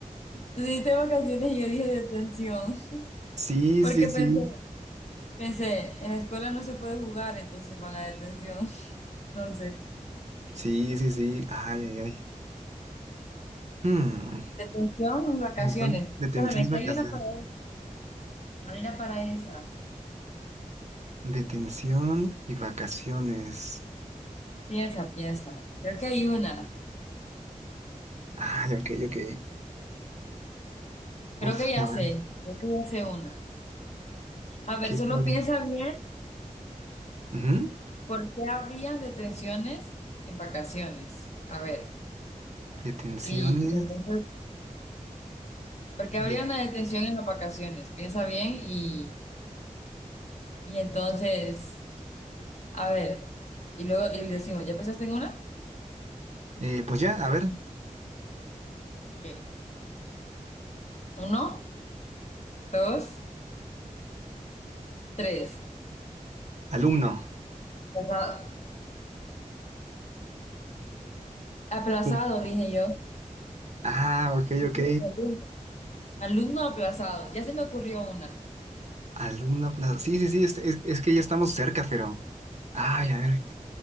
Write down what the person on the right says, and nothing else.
Sí,
sí, sí.
Sí, sí, sí. Ay, ay, ay. Hmm.
Entonces,
detención y vacaciones.
Detención y vacaciones.
Ay, ok, ok.
Uf,
a
ver,
¿qué puede?
Ujú.
Detenciones.
de-
eh, pues ya, a ver,
alumno.
Sí.
Ah, ok,
ok.
Alguna plaza. Sí, sí, sí, es, es- es que ya estamos cerca, pero. Ay, a ver,